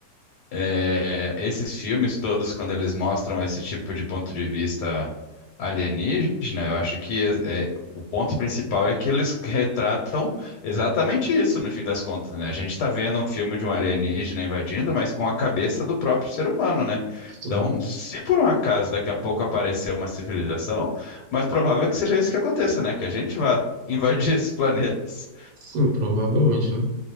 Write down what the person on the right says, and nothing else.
Sim,
sim, provavelmente, né?